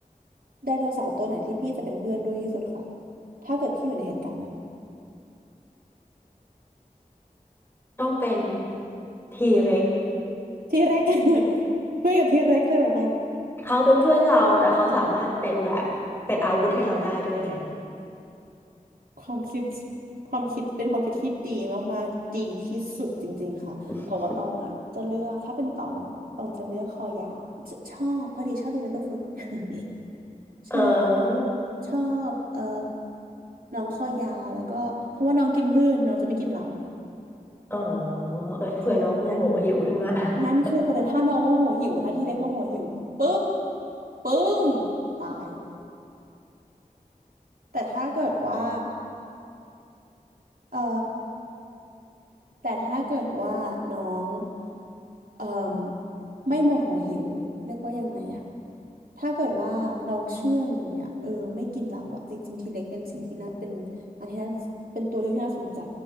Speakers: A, on the right; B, on the left.
A: ไดโนเสาร์ตัวไหนที่พี่จะเป็นเพื่อนด้วยที่สุดค่ะถ้าเกิดพี่อยู่ในเหตุการณ์นั้น
B: ต้องเป็นทีเร็ก
A: ที่เร็ก <laughs> คุยกับที่เร็กเลยเหรอคะ
B: เขาเป็นเพื่อนเราแต่เขาสามารถเป็นแบบเป็นอาวุธให้เราได้ด้วยไง
A: ความคิดความคิดเป็นความคิดที่ดีมากๆดีที่สุดจริงๆค่ะแต่ว่าตองอ่ะจะเลือกถ้าเป็นตองอ่ะตองจะเลือกคอยาวชชอบพอดีชอบดู
B: <laughs>
A: Littlefoot <laughs>
B: เออ
A: ชอบชอบเอ่อน้องคอยาวแล้วก็เพราะว่าน้องกินพืชน้องจะไม่กินเรา
B: เออเออถ้าเผื่อน้องโมโหหิวขึ้นมา
A: ใช่นั่น
B: <laughs>
A: นั่นคือประเด็นถ้าน้องโมโหหิวถ้าทีเล็กโมโหหิวปุ๊บปึ้งตายแต่ถ้าเกิดว่าเอ่อแต่ถ้าเกิดว่าน้องเอ่มไม่โมโหหิวเรียกว่ายังไงอะถ้าเกิดว่าน้องเชื่องอย่างเงี้ยเออไม่กินเราอะจริงๆทีเล็กเป็นสิ่งที่น่าเป็นอันที่น่าเป็นตัวเลือกที่น่าสนใจ